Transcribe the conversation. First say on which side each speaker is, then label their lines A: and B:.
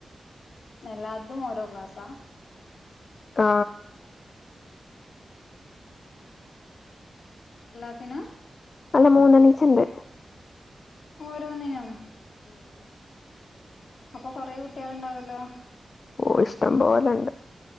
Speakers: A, on the left; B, on the left.
A: എല്ലാതും ഓരോ ക്ലാസ്സാ
B: ആ
A: ത്തിന
B: അല്ല മൂന്നണീച്ചണ്ട്
A: ഓരോന്നിനും അപ്പൊ കൊറെേ കുട്ടികള്ണ്ടാവല്ലോ
B: ഓ ഇഷ്ടംപോലണ്ട്